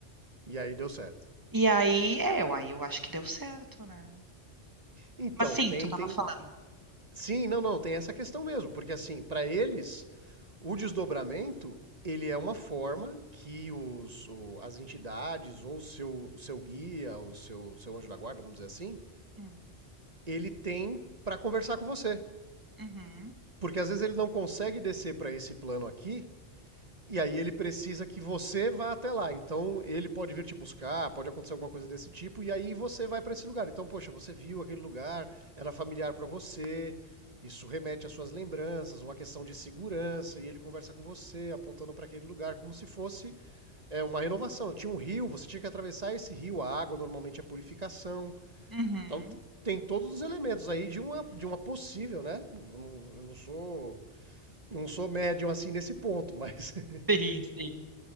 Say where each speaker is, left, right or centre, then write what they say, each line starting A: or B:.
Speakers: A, on the right; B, on the right.
A: E aí deu certo.
B: E aí, é, eu, aí eu acho que deu certo, né?
A: Então,
B: Mas sim,
A: tem,
B: tu estava
A: tem.
B: falando.
A: Sim, não, não, tem essa questão mesmo, porque assim, para eles, o desdobramento ele é uma forma que os, o- as entidades ou o seu, seu guia, o seu, seu anjo da guarda, vamos dizer assim,
B: Hum.
A: ele tem para conversar com você.
B: Uhum,
A: Porque às vezes ele não consegue descer para esse plano aqui E aí ele precisa que você vá até lá. Então ele pode vir te buscar, pode acontecer alguma coisa desse tipo, e aí você vai para esse lugar. Então, poxa, você viu aquele lugar, era familiar para você, isso remete às suas lembranças, uma questão de segurança, e ele conversa com você, apontando para aquele lugar como se fosse é, uma renovação. Tinha um rio, você tinha que atravessar esse rio, a água normalmente é purificação.
B: uhum.
A: Então tem todos os elementos aí de uma, de uma possível, né? Eu não, eu não sou eu não sou médium assim nesse ponto, mas <laughs>
B: Sim, sim.